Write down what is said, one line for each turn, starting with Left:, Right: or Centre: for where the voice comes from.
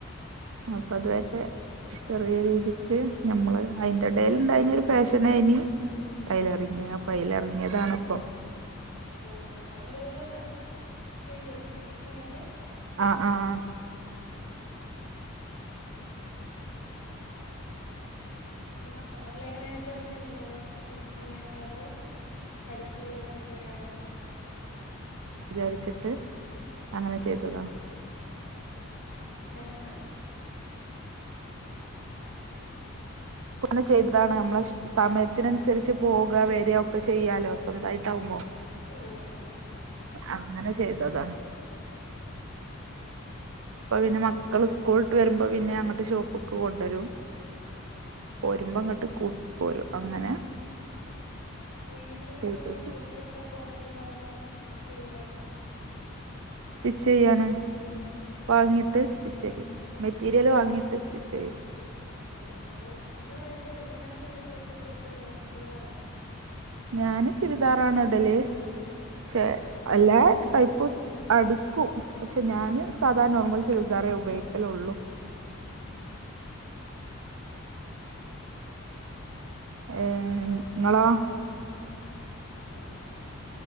Right: അപ്പൊ
Left: ഉം
Right: ഇതുവരെ ചെറിയ രീതിക്ക് ഞമ്മള് അയ്ന്റെ എടൽ ഇണ്ടായ്നൊരു ഫാഷനയ്നിം ടൈലറിംഗ് അപ്പൊ അയില് എറങ്ങിയതാണിപ്പം
Left: ഓഹ് നല്ലപോലെ ചെയ്യുവോ സ്റ്റിച്ചിങ് ഒക്കെ
Right: ആഹ് ആഹ്
Left: ഉം നിങ്ങ ഓൺലൈൻ ആയിട്ട് വല്ലാം ഉണ്ടോ സ്റ്റിച്ചിങ് ഒക്കെ അതോ അടുത്തുള്ളതൊക്കെയാണോ
Right: വിചാരിച്ചിട്ട് അങ്ങനെ ചെയ്തതാ
Left: എന്താ എന്താ
Right: പ്പൊ അങ്ങനെ ചെയ്താണ് നമ്മളെഷ് സമയത്തിനനുസരിച്ച് പോക വരിക ഒക്കെ ചെയ്യാലോ സ്വന്തമായിട്ടാവുമ്പോ
Left: ഓഹ് അങ്ങനെ ആഹ് ആഹ് ആഹ്
Right: അങ്ങനെ ചെയ്തതാ
Left: ഓഹ്
Right: <inaudible> അപ്പ പിന്നെ മക്കള് സ്കൂൾട്ട് വരുമ്പോ പിന്നെ അങ്ങട്ട് ഷോപ്പ്ക്ക് കൊണ്ടുവരും പോരുമ്പങ്ങട്ട്
Left: ഓഹ്
Right: കൂട്ടി പോരും അങ്ങനെ
Left: അപ്പ ഈദിനൊക്കെയുള്ള
Right: ചെയ്തത്
Left: ഡ്രസ്സൊക്കെ പൊറത്തുന്നായിരുന്നോ അപ്പൊ സ്റ്റിച്ച് ചെയ്യായിരുന്നോ
Right: സ്റ്റിച്ച് ചെയ്യാണ് വാങ്ങിയിട്ട്
Left: ഓഹ്
Right: സ്റ്റിച്ച് ചെയ്യും മെറ്റീരിയൽ വാങ്ങിയിട്ട് സ്റ്റിച്ച് ചെയ്യും
Left: ഓഹ് ഏ നിങ്ങൾ ഏത് ഇങ്ങനത്തെള്ള ടൈപ്പ് ഡ്രസ്സായിട ചുരിദാറാ
Right: ഞാന് ചുരിദാറാണ് ഇടല് ക്ഷേ അല്ലാ ടൈപ്പും അടിക്കും പക്ഷെ ഞാന് സാധാരണ നോർമൽ ചുരിദാറേ ഉപയോഗിക്കലൊള്ളൂ
Left: ആഹ്
Right: ഏഹ് നിങ്ങളോ
Left: ആഹ് ഞാൻ